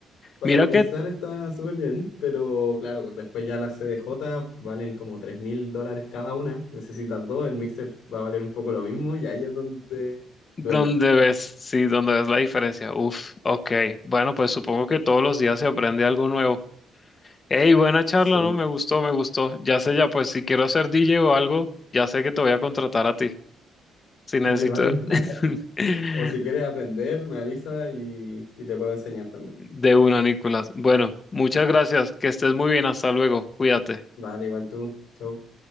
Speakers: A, on the left; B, on the left.
A: Para
B: Mira
A: comenzar
B: que
A: está súper bien, pero claro, después ya las C D J valen como tres mil dólares cada una. Necesitas dos, el mixer va a valer un poco lo mismo y ahí es donde
B: donde
A: duele.
B: ves, sí, donde ves la diferencia, uf, ok, bueno, pues supongo que todos los días se aprende algo nuevo. Hey, buena charla,
A: Sí,
B: ¿no? Me gustó, me gustó. Ya sé, ya pues si quiero ser DJ o algo, ya sé que te voy a contratar a ti. Si necesito
A: vale, vale.
B: <laughs>
A: <laughs> O si quieres aprender, me avisa y, y te puedo enseñar también.
B: de una, Nicolás. Bueno, muchas gracias. Que estés muy bien. Hasta luego. Cuídate.
A: Vale, igual tú. Chau.